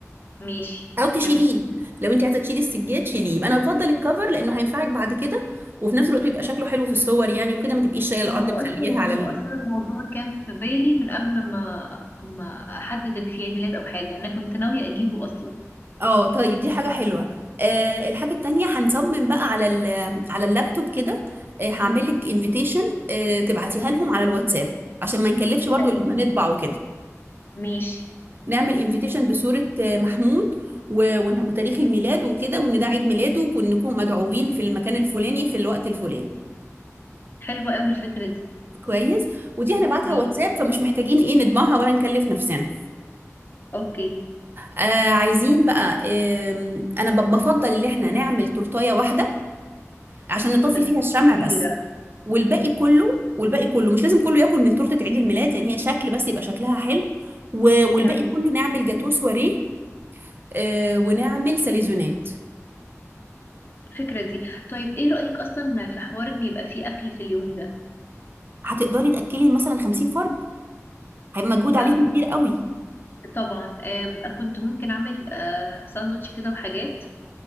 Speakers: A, on the left (about 40°); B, on the right (about 40°).
A: ماشي
B: او تشيليه
A: فهمت
B: لو انت عايزه تشيلي السجاد شيليه انا بفضل الكفر لانه هينفعك بعد كده وفي نفس الوقت بيبقى شكله حلو في الصور يعني وكده ما تبقيش شايله
A: هو
B: الارض
A: اصلا
B: مخليها على
A: هو اصلا الموضوع كان في بالي من قبل ما ما احدد ان في عيد ميلاد او حاجه انا كنت ناويه اجيبه اصلا
B: اه طيب دي حاجة حلوة آه الحاجة التانية هنصمم بقى على ال على اللابتوب كده آه هعمل لك انفيتيشن آه تبعتيها لهم على الواتساب عشان ما نكلفش برضو
A: تمام
B: ان احنا نطبع وكده
A: ماشي
B: نعمل انفيتيشن بصورة آه محمود و- ون- وتاريخ الميلاد وكده وان ده عيد ميلاده وكون نكون مدعوين في المكان الفلاني في الوقت الفلاني
A: حلوة قوي الفكرة دي
B: كويس ودي هنبعتها
A: ماشي
B: واتساب فمش محتاجين ايه نطبعها ولا نكلف نفسنا
A: اوكي
B: آه عايزين بقى آه انا ب- بفضل ان احنا نعمل تورتايه واحدة عشان نطفي
A: بس
B: فيها الشمع
A: كبيرة
B: بس والباقي كله والباقي كله مش لازم كله ياكل من تورته عيد الميلاد يعني هي شكل بس يبقى شكلها حلو و- والباقي
A: تمام
B: كله نعمل جاتوه سواريه آه، ونعمل ساليزونات
A: الفكرة دي طيب ايه رأيك اصلا في حوار ان يبقى فيه اكل في اليوم ده
B: هتقدري تاكلي مثلا 50 فرد هيبقى مجهود عليكي
A: آه
B: كبير قوي
A: طبعا آم، كنت ممكن اعمل آه ساندوتش كده وحاجات